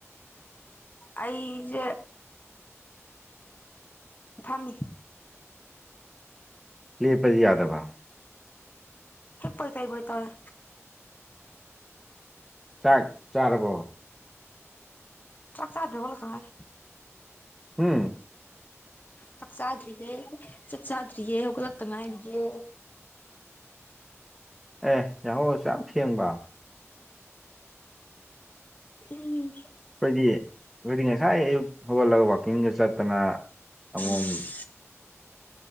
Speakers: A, on the left (about 35°); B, in the centre.
A: ꯑꯩꯁꯦ ꯐꯝꯃꯤ
B: ꯂꯦꯞꯄꯗꯤ ꯌꯥꯗꯕ
A: ꯍꯤꯞꯄꯣꯏ ꯀꯩꯕꯣꯏ ꯇꯧꯔꯤ
B: ꯆꯥꯛ ꯆꯥꯔꯕꯣ
A: ꯆꯥꯛ ꯆꯥꯗ꯭ꯔꯥꯕꯣ ꯉꯥꯁꯥꯏ
B: ꯎꯝ
A: ꯆꯛ ꯆꯥꯗꯔꯤꯌ‌ꯦ ꯆꯥꯛ ꯆꯥꯗꯔꯤꯌ‌ꯦ ꯍꯧꯒꯠꯂꯛꯇ ꯉꯥꯏꯔꯤꯌꯦ
B: ꯑꯦ ꯌꯥꯍꯧ ꯑꯁꯨꯌꯥꯝ ꯊꯦꯡꯕ
A: ꯎꯝ
B: ꯑꯩꯈꯣꯏꯗꯤ ꯑꯩꯈꯣꯏꯗꯤ ꯉꯁꯥꯏ ꯑꯌꯨꯛ ꯍꯧꯒꯠꯂꯒ ꯋꯥꯛꯀꯤꯡꯗ ꯆꯠꯇꯅ ꯁꯪꯒ‌ꯣꯝ
A: ꯎꯝ